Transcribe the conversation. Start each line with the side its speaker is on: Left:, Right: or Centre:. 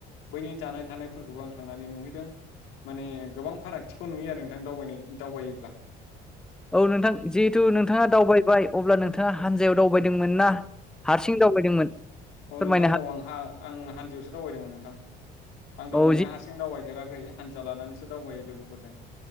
Left: बैनि थानाय थानायफोरखौबो आं थांनानै नुहैदों। माने गोबां फारागथिखौ नुयो आरो नोंथां दावबायनाय दावबायोब्ला ।
Centre: औ नोंथां जिहेथु नोंथाङा दावबाय बाय अब्ला नोंथाङा हानजायाव दावबायदोंमोन ना हारसिं दावबायदोंमोन?
Left: औ
Centre: फोरमायनो
Left: नोंथां औ आं आं हानजोआवसो दावबायदोंमोन नोंथां
Centre: हागोन
Left: आं दावबायनाया
Centre: औ जि
Left: हारसिं दावबाय फेराखै हानजा लानानैसो दावबायो लोगोफोरजों।